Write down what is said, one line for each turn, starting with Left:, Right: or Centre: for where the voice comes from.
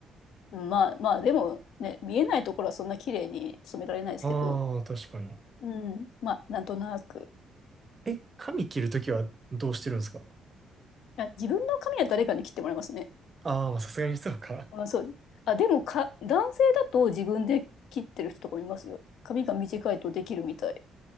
Left: まあまあ、でもね、見えないところはそんな綺麗に染められないですけど、
Right: ああ、確かに。
Left: うん。まあ、なんとなく。
Right: え、髪切るときはどうしてるんですか
Left: あ、自分の髪は誰かに切ってもらいますね。
Right: ああ、まあさすがにそうか。
Left: あ、そう。あ、でもか、男性だと自分で切ってる人とかもいますよ。髪が短いとできるみたい。